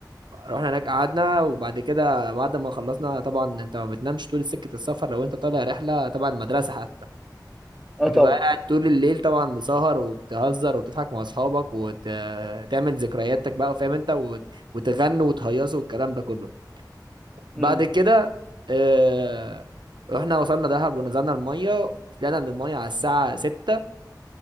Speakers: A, on the right; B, in the centre.
A: رحنا هناك قعدنا وبعد كده بعد ما خلصنا طبعا انت ما بتنامش طول سكة السفر لو انت طالع رحلة تبع المدرسة حتى
B: اه
A: بتبقى
B: طبعا
A: قاعد طول الليل طبعا مسهر وبتهزر وبتضحك مع اصحابك وتعمل ذكرياتك بقى فاهم انت وت- وتغنوا وتهيصوا والكلام ده كله بعد
B: مم.
A: كده اه... رحنا وصلنا دهب ونزلنا المية طلعنا من المية على الساعة 6